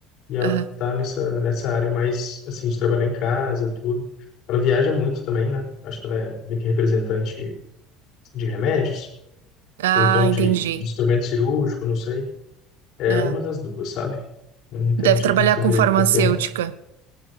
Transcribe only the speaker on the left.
e ela
tá nessa, nessa área mais, assim, de trabalhar em casa, e tudo. Ela viaja muito também, né? Acho que ela é meio que representante de remédios,
ou então
de, de instrumento cirúrgico, não sei. É
uma das duas, sabe? Eu não entendo,
de-
não sei
direito
qual que é.